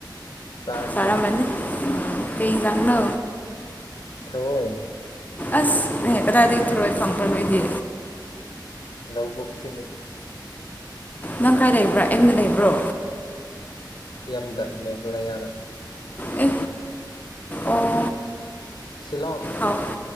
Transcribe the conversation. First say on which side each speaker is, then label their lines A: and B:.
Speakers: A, on the left; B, on the left.
A: ꯆꯥꯈ꯭ꯔꯦ
B: ꯊꯔꯥꯃꯅ ꯀꯩ ꯂꯥꯛꯅ
A: ꯊꯔꯣꯏ
B: ꯑꯁ ꯅ ꯪꯅ ꯀꯗꯥꯏꯗꯒꯤ ꯊꯔꯣꯏ ꯐꯪꯕ꯭ꯔ ꯅꯣꯏꯗꯤ
A: ꯂꯧꯕꯨꯛꯛꯇꯒꯤ
B: ꯅꯪ ꯈꯥꯏ ꯂꯩꯕ꯭ꯔꯥ ꯑꯦꯝꯗ ꯂꯩꯕ꯭ꯔꯣ
A: ꯌꯨꯝꯗ ꯃꯦꯘꯂꯌꯥꯅ
B: ꯑꯦ ꯑꯣ
A: ꯁꯤꯂꯣꯡ
B: ꯑꯧ